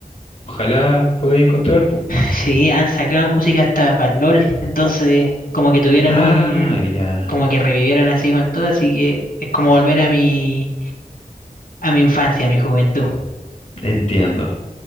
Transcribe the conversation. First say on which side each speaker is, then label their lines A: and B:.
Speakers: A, on the left; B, on the left.
A: Ojalá podáis encontrar, po.
B: Sí, han sacado música hasta para el LOL. Entonces, como que tuvieron
A: Ah,
B: un,
A: ya
B: como que revivieron así con todo, así que es como volver a mi, a mi infancia, a mi juventud.
A: entiendo.